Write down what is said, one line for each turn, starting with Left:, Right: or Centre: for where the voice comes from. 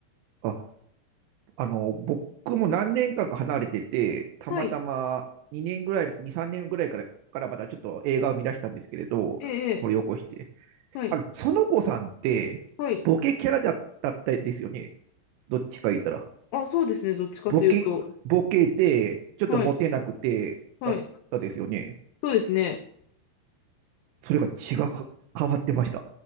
Right: あ、ああの、僕も何年間か離れてて、たまたま2年ぐらい、
Left: はい。
Right: 2、3年ぐらいから、からまだちょっと映画を見出したんですけれど、
Left: ええ、
Right: 掘り起こして。
Left: ええはい。
Right: あの、園子さんって、
Left: はい。
Right: ボケキャラだったですよね。どっちか言ったら。
Left: あ、そうですね。どっちかというと。
Right: ボケ、ボケで、ちょっとモテなくて、
Left: はい。はい。
Right: だったですよね。
Left: そうですね。
Right: それが違う、変わってました。